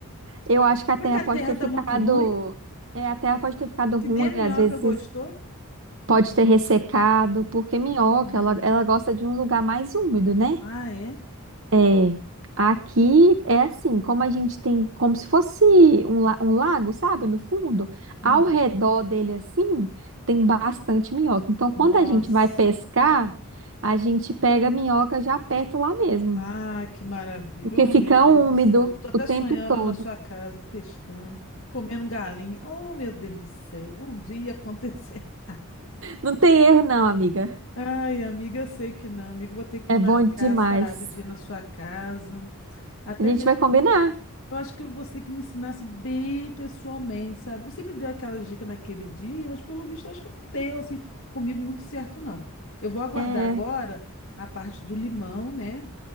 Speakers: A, on the right (about 60°); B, on the left (about 60°).
A: Eu acho que a
B: Será
A: terra
B: que a
A: pode
B: terra
A: ter
B: tá
A: ficado.
B: muito ruim?
A: É, a terra pode ter ficado
B: Que
A: ruim,
B: nem a minhoca
A: às vezes
B: gostou?
A: pode ter ressecado, porque minhoca,
B: Hum,
A: ela, ela gosta de um lugar mais úmido, né?
B: Ah, é?
A: É, aqui é assim, como a gente tem, como se fosse um, la- um lago, sabe, no fundo,
B: hum.
A: ao redor dele assim, tem bastante minhoca. Então, quando
B: Nossa.
A: a gente vai pescar, a gente pega a minhoca já perto lá mesmo,
B: Ah, que maravilha.
A: porque
B: Oh,
A: fica
B: meu Deus
A: úmido
B: do céu. Estou até
A: o tempo
B: sonhando
A: todo.
B: eu na sua casa, pescando, comendo galinha. Oh, meu Deus do céu. Um dia acontecer. <laughs>
A: Não tem erro não, amiga.
B: Ai, amiga, eu sei que não, amiga. Vou ter que
A: É
B: marcar,
A: bom demais.
B: sabe, de ir na sua casa. Até
A: A gente
B: mesmo
A: vai
B: para
A: combinar.
B: você poder. Eu acho que você tem que me ensinasse bem pessoalmente, sabe? Você me deu aquela dica naquele dia, mas pelo visto acho que não deu, assim, comigo muito certo, não. Eu vou aguardar
A: É.
B: agora a parte do limão, né?